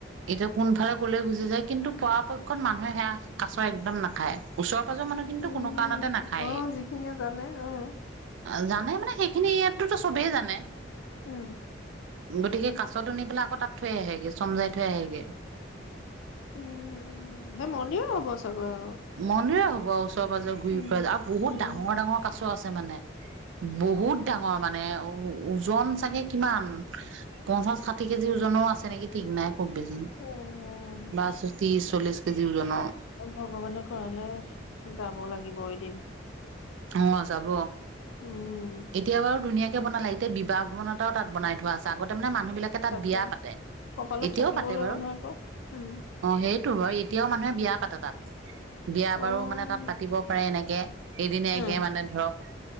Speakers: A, on the right; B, on the left.
A: এতিয়া কোনফালে কলৈ গুচি যায়, কিন্তু পৰাপক্ষত মানুহে সেয়া কাছ একদম নাখায়। ওচৰে-পাজৰে মানুহখিনি তো কিন্তু
B: উম,
A: কোনো কাৰণতে নাখায়েই।
B: অ', যিখিনিয়ে জানে অ',
A: অ', জানে মানে সেইখিনি ইয়াতে তো চবেই জানে।
B: উম।
A: গতিকে কাছতো নি পেলাই আকৌ তা'ত থৈ আহেগে, চমজাই থৈ আহেগে।
B: উম-উম, সেই মন্দিৰৰ হ'ব ছাগে আৰু।
A: মন্দিৰৰে হ'ব আৰু ওচৰে-পাজৰে ঘূৰি
B: উম,
A: ফুৰা আৰু বহুত
B: উম,
A: ডাঙৰ-ডাঙৰ কাছ আছে মানে। বহুত ডাঙৰ মানে ও-ওজন চাগে কিমান- পঞ্চাছ, ষাঠি কেজিৰ ওজনৰো আছে নেকি ঠিক নাই খুব বেছি।
B: অ',
A: বা-শ-ত্ৰিশ, চল্লিশ কেজিৰ ওজনৰ।
B: অ', ভগৱানে কৰা'লে যাব লাগিব এদিন।
A: অঁ', যাব।
B: উম,
A: এতিয়া বাৰু ধুনীয়াক কে বনালে। এতিয়া বিবাহ ভৱন এটাও তা'ত বনাই থোৱা আছে। আগতে মানে মানুহ বিলাক- কে তা'ত
B: তাকে
A: বিয়া পাতে,
B: কপালত
A: এতিয়াও
B: থাকিবও
A: পাতে
B: লাগিব
A: বাৰু।
B: নহয় আকৌ উম,
A: অঁ', -সেইটো বাৰু, এতিয়াও মানুহে বিয়া পাতে তা'ত বিয়া
B: অ',
A: বাৰু মানে তা'ত পাতিব পাৰে এনেকে। এদিনীয়াকে
B: উম,
A: মানে ধৰক,